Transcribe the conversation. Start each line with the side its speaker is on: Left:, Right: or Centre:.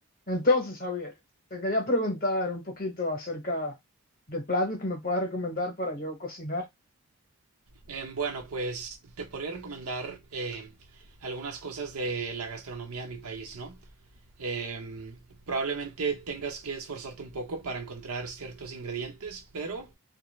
Left: Entonces, Javier, te quería preguntar un poquito acerca de platos que me puedas recomendar para yo cocinar.
Right: Eh, bueno, pues te podría recomendar eh, algunas cosas de la gastronomía de mi país, ¿no? Eh, probablemente tengas que esforzarte un poco para encontrar ciertos ingredientes, pero